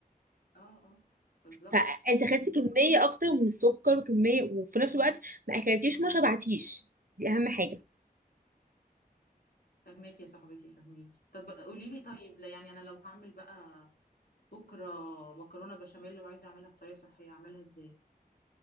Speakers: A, on the left; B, on the right.
A: اه اه بالظبط
B: فانت خدتي كميه اكتر من السكر وكميه وفي نفس الوقت ما اكلتيش ما شبعتيش دي اهم حاجه
A: فهماكي يا صاحبتي فهماكي طب قولي لي طيب لا يعني انا لو هعمل بقى بكرة مكرونة بشاميل لو عايزة أعملها بطريقة صحية أعملها إزاي؟